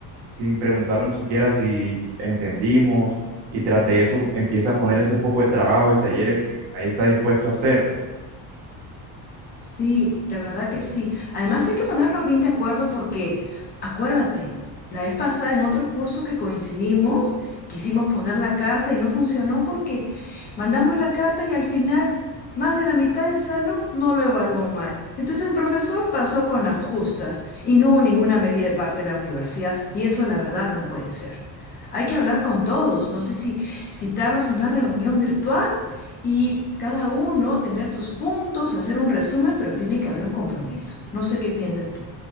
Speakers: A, on the right (about 75°); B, on the left (about 25°).
A: sin preguntarnos siquiera si entendimos y tras de eso empieza a poner ese poco de trabajo y talleres que ahí está dispuesto a hacer.
B: Sí, la verdad que sí. Además hay que ponernos bien de acuerdo porque, acuérdate, la vez pasada en otro curso que coincidimos, quisimos poner la carta y no funcionó porque mandamos la carta y al final más de la mitad del salón no lo evaluó mal. Entonces el profesor pasó con las justas y no hubo ninguna medida de parte de la universidad y eso la verdad no puede ser. Hay que hablar con todos, no sé si citarlos en una reunión virtual y cada uno tener sus puntos, hacer un resumen, pero tiene que haber un compromiso. No sé qué piensas tú.